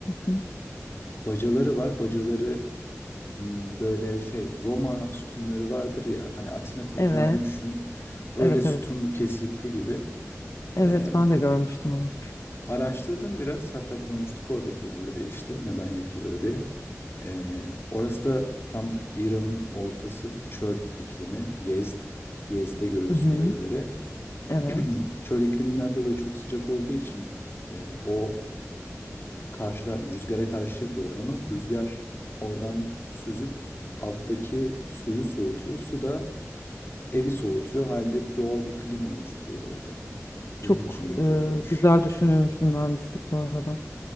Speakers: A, on the left; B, on the left.
A: Hı.
B: bacaları var. Bacaları hmm, böyle şey Roma sütunları vardır ya hani Atina tapınağını
A: Evet.
B: düşün. Öyle
A: Evet
B: sütunlu
A: evet.
B: kesikli gibi.
A: Evet
B: Ee,
A: ben de görmüştüm onu.
B: araştırdım biraz hatta konuştuk oradakilerle de işte neden yapılıyor diye. Ee, orası da tam İran'ın ortası çöl iklimi Yezd. Yezd'de görüyorsun
A: Hı hı.
B: bu evleri.
A: Evet.
B: <clears throat> Çöl ikliminden dolayı çok sıcak olduğu için e, o Karşıdan rüzgâra karşı yapıyorlar onu. rüzgar oradan süzüp alttaki suyu soğutuyor. Su da evi soğutuyor. Haliyle doğal bir klima oluşturuyor orada.
A: Çok
B: Bunun için yapıyorlarmış.
A: e, güzel düşünülmüş bir mühendislik bu arada.